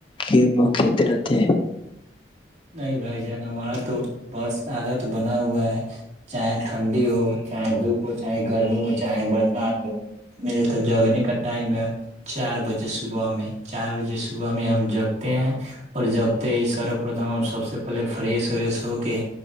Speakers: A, on the left; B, on the right.
A: گیم کھیلتے رہتے ہیں
B: نہیں بھائی جان ہمارا تو بس عادت بنا ہوا ہے چاہے ٹھنڈی ہو چاہے دھوپ ہو چاہے گرمی ہو چاہے برسات ہو میرے تو جگنے کا ٹائم ہے چار بجے صبح میں چار بجے صبح میں ہم جگتے ہیں اور جگتے ہی سر پرتم ہم سب سے پہلے فریس وریش ہو کے